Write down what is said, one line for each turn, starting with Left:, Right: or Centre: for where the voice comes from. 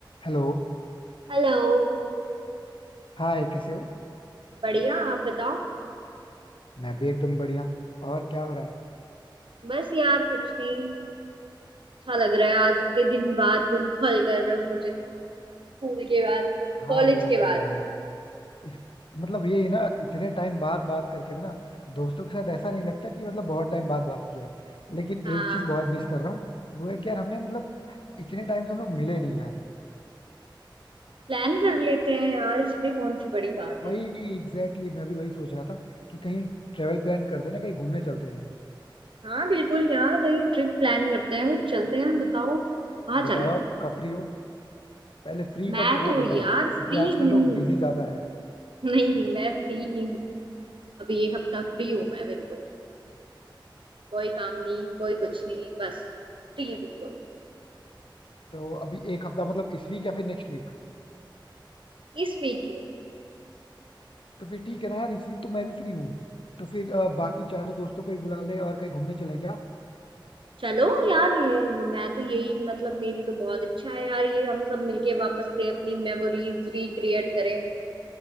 Left: हेलो
Right: Hello
Left: हाय कैसे हो
Right: बढ़िया आप बताओ
Left: मैं भी एकदम बढ़िया और क्या हो रहा है
Right: बस यार कुछ नहीं अच्छा लग रहा है आज इतने दिन बाद तुम कॉल कर रहे हो मुझे स्कूल के बाद
Left: हाँ
Right: कॉलेज
Left: वो
Right: के बाद
Left: तो है यार इस मतलब यही है ना इतने टाइम बाद बात करके भी ना दोस्तों के साथ ऐसा नहीं लगता कि मतलब बहुत टाइम बाद बात किया है लेकिन
Right: हाँ
Left: एक चीज बहुत मिस कर रहा हूँ वो है कि यार हमने मतलब इतने टाइम से हम लोग मिले नहीं यार
Right: प्लान कर लेते हैं यार इसमें कौन सी बड़ी बात
Left: वही
Right: है
Left: एग्जैक्टली exactly, मैं भी वही सोच रहा था कि कहीं ट्रेवल प्लान करते हैं ना कहीं घूमने चलते हैं
Right: हाँ बिल्कुल यार कहीं ट्रिप प्लान करते हैं कुछ चलते हैं बताओ कहाँ
Left: बताओ
Right: चले
Left: आप कब फ्री हो पहले फ्री
Right: मैं
Left: कब हो वो
Right: तो यार
Left: बताओ क्योंकि
Right: फ्री
Left: आजकल
Right: हूँ
Left: लोग बिजी ज्यादा हैं
Right: <laughs> नहीं मैं फ्री ही हूँ अभी एक हफ्ता फ्री हूँ मैं बिल्कुल कोई काम नहीं कोई कुछ नहीं बस फ्री बिल्कुल
Left: तो अभी एक हफ्ता मतलब इस वीक या फिर नेक्स्ट वीक
Right: इस वीक
Left: तो फिर ठीक है ना यार इस वीक तो मैं भी फ्री हूँ तो फिर अ, बाकी चारों दोस्तों को ही बुला ले और कहीं घूमने चलें क्या
Right: चलो यार ये मैं तो यही मतलब मेरी तो बहुत इच्छा है यार ये हम सब मिलके वापस से अपनी मेमोरीज रिक्रिएट करें